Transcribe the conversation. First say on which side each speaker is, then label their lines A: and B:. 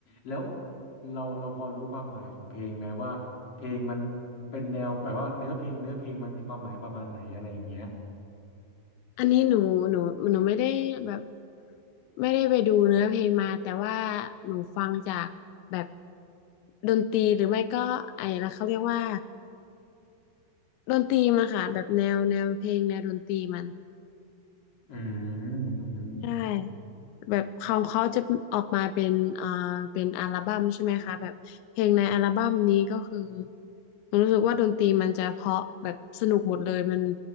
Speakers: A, on the left; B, on the left.
A: แล้วเราเราพอรู้ความหมายของเพลงไหมว่าเพลงมันเป็นแนวแบบว่าเนื้อเพลงเนื้อเพลงมันมีความหมายประมาณไหนอะไรอย่างเงี้ย
B: อันนี้หนูหนูหนูไม่ได้แบบไม่ได้ไปดูเนื้อเพลงมาแต่ว่าหนูฟังจากแบบดนตรีหรือไม่ก็ไอ้ละเขาเรียกว่าดนตรีมันค่ะแบบแนวแนวเพลงแนวดนตรีมัน
A: อืมอืมอืม
B: ใช่ แบบของเขาจะออกมาเป็นอ่าเป็นอัลบั้มใช่ไหมคะแบบเพลงในอัลบั้มนี้ก็คือมันรู้สึกว่าดนตรีมันจะเพราะแบบสนุกหมดเลยมัน